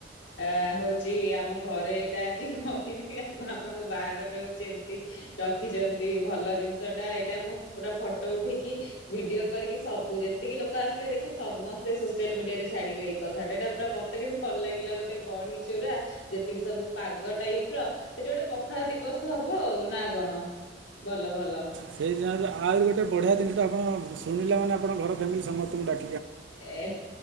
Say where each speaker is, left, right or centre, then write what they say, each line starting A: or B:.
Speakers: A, on the left (about 85°); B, on the right (about 80°).
A: ଆ ହଉଚି ଆମ ଘରେ ଏଇଟା ଆଜି କହିବି ଆପଣ ଆପଣଙ୍କ ବାହାଘର ରେ ହଉଛି ଏମିତି ରଖିଛନ୍ତି ଭଲ ଜିନିଷ ଟା ଏଇଟା ମୁଁ ପୁରା ଫଟୋ ଉଠେଇକି ଭିଡିଓ କରିକି ସବୁ ଯେତିକି ଲୋକ କ ଆସିଥିବେ ଦେଖିବେ ସମସ୍ତେ ସୋସିଆଲ ମିଡିଆରେ ଛାଡିବେ ଏଇ କଥାଟା ଏଟା ପୁରା ମତେ ବି ଭଲ ଲାଗିଲା ଗୋଟେ ବଢି ଚୁରା ଯେତିକି ସବୁ ପାଗ ଟାଇପ ର ସେଠି ଗୋଟେ ପଖାଳ ଦିବସ ହବ ଆଉ ନା କଣ ଭଲ ଭଲ।
B: ସେଇ ଦିନ ତ ଆହୁରି ଗୋଟେ ବଢିଆ ଜିନିଷା ଆପଣ ଶୁଣିଲା ମାନେ ଆପଣ ଘର ଫ୍ୟାମିଲି ସମସ୍ତଙ୍କୁ ଡା
A: ଏ